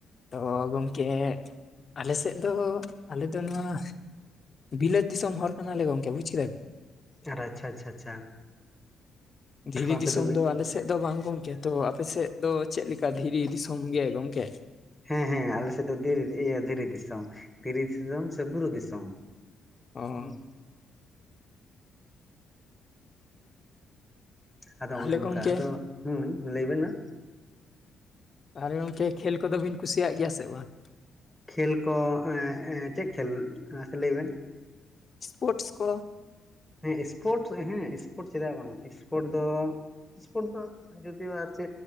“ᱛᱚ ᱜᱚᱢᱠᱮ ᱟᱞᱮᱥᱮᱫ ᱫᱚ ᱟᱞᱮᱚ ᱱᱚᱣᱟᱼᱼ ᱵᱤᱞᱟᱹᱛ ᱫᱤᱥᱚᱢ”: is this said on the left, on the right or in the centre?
Left